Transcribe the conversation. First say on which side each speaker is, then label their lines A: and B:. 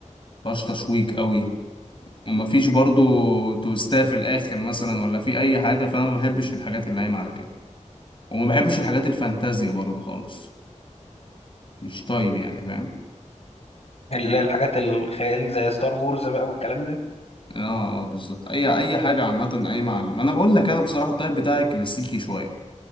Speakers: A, on the left (about 40°); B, on the left (about 60°).
A: فيهاش تشويق قوي ومفيش برضو تويستات في الاخر مثلا ولا في اي حاجه فانا ما بحبش الحاجات اللي قايمه على كده وما بحبش الحاجات الفانتازيا برضو خالص مش طيب يعني فاهم
B: اللي هي الحاجات الخيال زي ستار وورز بقى والكلام ده
A: اه آه، بالظبط اي اي حاجه عامه اي معلم انا بقول لك انا بصراحه الطيب بتاعي كلاسيكي شويه